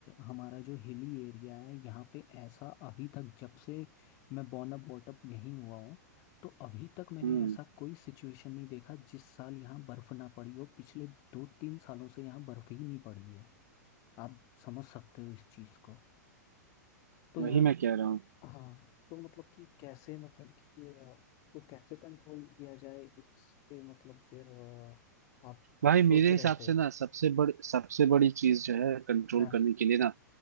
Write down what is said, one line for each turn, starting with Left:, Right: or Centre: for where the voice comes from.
Left: हमारा जो हिली एरिया है यहाँ पे ऐसा अभी तक जब से मैं बॉर्न अप बॉट अप यहीं हुआ हूँ तो अभी तक मैंने
Right: हम्म
Left: ऐसा कोई सिचुएशन नहीं देखा जिस साल यहाँ बर्फ ना पड़ी हो पिछले दो तीन सालों से यहाँ बर्फ ही नहीं पड़ी है आप समझ सकते हो इस चीज को तो यार
Right: वही मैं कह रहा हूँ
Left: हाँ तो मतलब कि कैसे मतलब कि ये अ, तो कैसे कंट्रोल किया जाए इस पे मतलब फिर अ, आप
Right: भाई मेरे
Left: सोच
Right: हिसाब
Left: रहे थे
Right: से ना सबसे बड़ी सबसे बड़ी चीज जो है कंट्रोल
Left: हाँ
Right: करने के लिए ना